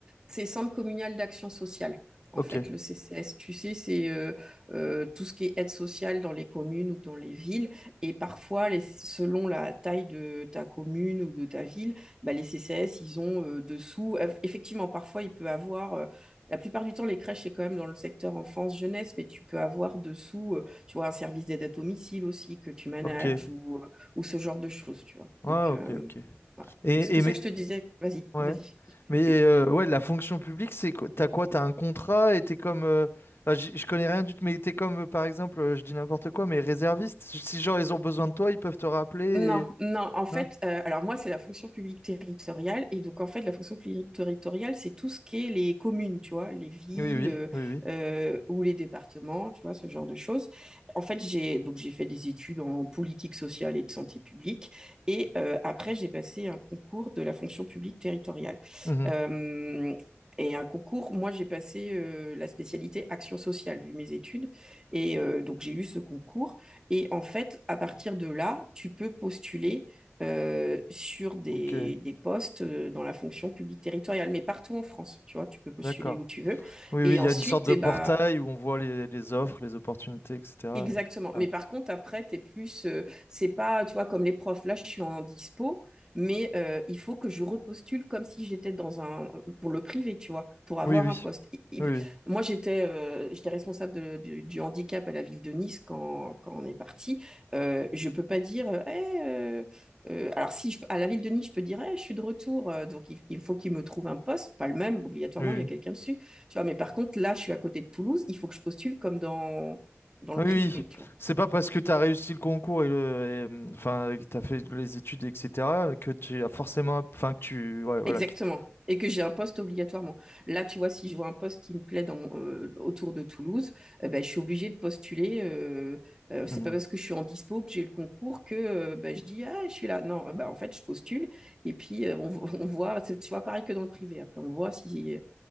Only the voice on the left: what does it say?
Ok,
ok.
Ah,
ok, ok.
Et,
et mais
ouais.
Mais euh, ouais, la fonction publique, c'est quoi? T'as quoi? T'as un contrat et t'es comme. euh, enfin, j'y- je connais rien du tout, mais t'es comme euh, par exemple, euh, je dis n'importe quoi, mais réserviste. Si si genre ils ont besoin de toi, ils peuvent te rappeler.
et- hein
Oui, oui,
oui, oui.
Mhm.
Ok,
d'accord.
Oui,
oui, il
y a une sorte de
portail
où on voit les, les offres, les opportunités, etc.
Ouais.
Oui, oui.
Oui, oui.
Oui,
oui.
Ah Oui,
oui.
C'est pas parce que tu as réussi le concours et le, et, hum, enfin, que tu fait les études, etc., que tu as forcément, enfin, que tu, ouais, voilà.
que t-
Mhm.